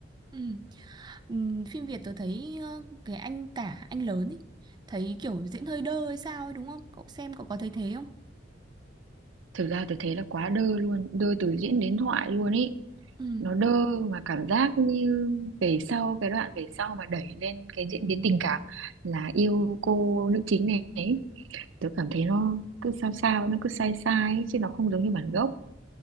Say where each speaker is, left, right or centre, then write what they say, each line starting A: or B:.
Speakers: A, on the right; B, on the right.
A: ừ. Ừ, phim Việt tôi thấy ờ, cái anh cả anh lớn ấy thấy kiểu diễn hơi đơ hay sao ấy đúng không cậu xem cậu có thấy thế không
B: Thực ra tôi thấy là quá đơ luôn, đơ từ diễn đến thoại luôn ý.
A: ừ.
B: Nó đơ mà cảm giác như về sau, cái đoạn về sau mà đẩy lên cái diễn biến tình cảm là yêu cô nữ chính này ấy. Tôi cảm thấy nó cứ sao sao, nó cứ sai sai ấy, chứ nó không giống như bản gốc.